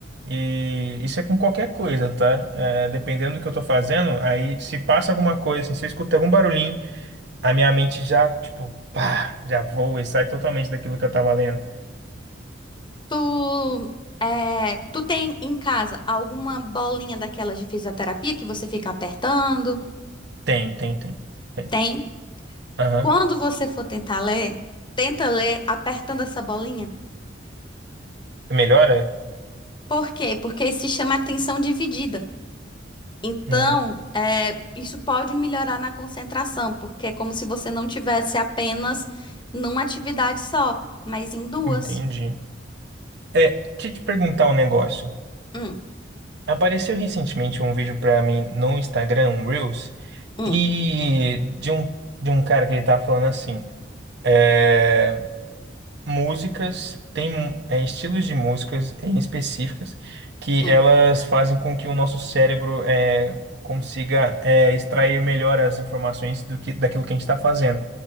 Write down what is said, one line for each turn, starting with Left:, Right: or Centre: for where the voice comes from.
Right: e isso é com qualquer coisa, tá? É, dependendo do que eu tô fazendo, aí se passa alguma coisa, assim, se eu escutar algum barulhinho, a minha mente já, tipo, pá, já voa e sai totalmente daquilo que eu tava lendo.
Left: tu, é, tu tem em casa alguma bolinha daquelas de fisioterapia que você fica apertando?
Right: Tem, tem, tem, tem.
Left: Tem?
Right: Aham.
Left: Quando você for tentar ler, tenta ler apertando essa bolinha.
Right: Melhora?
Left: Por quê? Porque isso se chama atenção dividida. Então,
Right: Hum,
Left: é, isso pode melhorar na concentração, porque é como se você não tivesse apenas numa atividade só, mas em duas.
Right: entendi. É, deixa eu te perguntar um negócio.
Left: Hum,
Right: Apareceu recentemente um vídeo pra mim no Instagram, um Reels,
Left: hum,
Right: e de um, de um cara que ele tava falando assim, eh, músicas, tem é, estilos de músicas em específicas que
Left: hum,
Right: elas fazem com que o nosso cérebro é, consiga é, extrair melhor as informações do que, daquilo que a gente está fazendo,